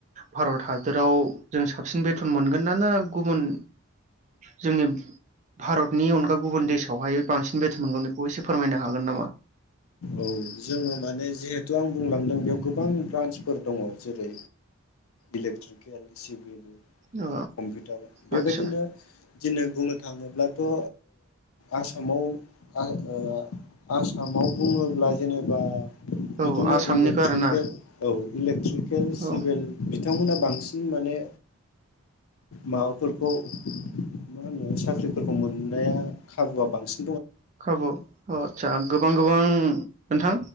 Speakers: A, on the right; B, on the left.
A: भारत हादोराव जों साबसिन बेथन मोनगोन ना ना गुबुन जोंनि भारतनि अनगा गुबुन देसआवहाय बांसिन बेथन मोनगोन बेखौ एसे फोरमायनो हागोन नामा?
B: औ जोङो माने जिहेथु आं बुंलांदों बेयाव गोबां ब्रान्सफोर दङ जेरै इलेक्ट्रिकेल सिभिल
A: अ
B: कम्पिउटार बेबायदिनो
A: आदसा
B: दिनै बुंनो थाङोब्लाथ' ओ आसा <unintelligible> आ ओ आसामाव बुङोब्ला जेनेबा
A: औ
B: बिदिनो
A: आसामनिखौ
B: इलेक्ट्रिकेल
A: आरोना
B: औ इलेक्ट्रिकेल सिभिल
A: औ
B: बिथांमोना बांसिन माने माबाफोरखौ मा होनो साख्रिफोरखौ मोननाया खाबुआ बांसि
A: खाबु अ आदसा गोबां गोबां नोंथां